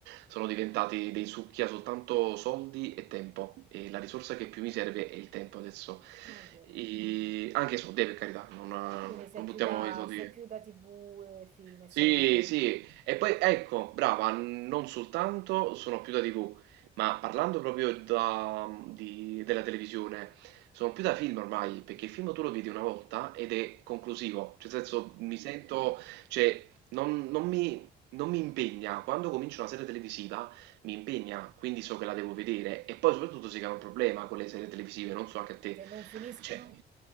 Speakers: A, on the right (about 90°); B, on the right (about 45°).
A: sono diventati dei succhi a soltanto soldi e tempo e la risorsa che più mi serve è il tempo adesso,
B: eh, è vero.
A: e anche i soldi eh, per carità, non, non
B: Quindi sei più
A: buttiamo
B: da,
A: i soldi
B: sei
A: via.
B: più da TV, eh, film e
A: Sì,
B: serie TV.
A: sì, e poi ecco, brava, non soltanto sono più da TV, ma parlando proprio da, di- della televisione, sono più da film ormai, perché il film tu lo vedi una volta ed è conclusivo, cioè nel senso mi sento, cioè non, non mi, non mi impegna, quando comincio una serie televisiva mi impegna, quindi so che la devo vedere e poi soprattutto si crea un problema con le serie televisive, non so anche a te,
B: Se non finiscono?
A: cioè